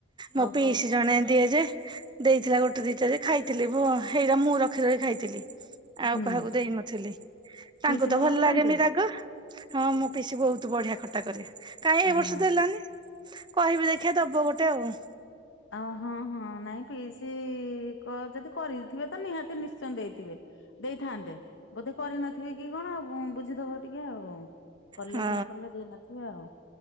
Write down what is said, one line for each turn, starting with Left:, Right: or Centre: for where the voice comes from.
Right: ମୋ
Left: ଓହୋ
Right: ପିଇସ ଜଣେ ଦିଏ ଯେ ଦେଇଥିଲା ଗୋଟେ ଦିଟା ଯେ ଖାଇଥିଲି ଭୁହ! ସେଇଟା ମୁଁ ରଖି ରଖି ଖାଇଥିଲି! ଆଉ
Left: ହୁଁ
Right: କାହାକୁ ଦେଇନଥିଲି ତାଙ୍କୁ
Left: ପିଇସି
Right: ତ ଭଲ
Left: କରନ୍ତି
Right: ଲାଗେନି ରାଗ! ହଁ ମୁଁ ପିସି ବହୁତ ବଢିଆ ଖଟା କରେ କାହିଁ ଏ
Left: ହଁ
Right: ବର୍ଷ ତ ହେଲାନି? କହିବି ଦେଖିିବା ଦବ ଗୋଟେ ଆଉ!
Left: ଅହଁ ହଁ ନାଇଁ ପିଇସି ଯଦି କରିଥିବେ ତ ନିହାତି ନିଶ୍ଚୟ ଦେଇଥିବେ! ଦେଇଥାନ୍ତେ ବୋଧେ କରିନଥିବେ କି କଣ ଆଉ ବୁଝିଦବ ଟିକେ ଆଉ! କଲେ
Right: ହଁ
Left: କି ନ କଲେ ଦେଇନଥିବେ ଆଉ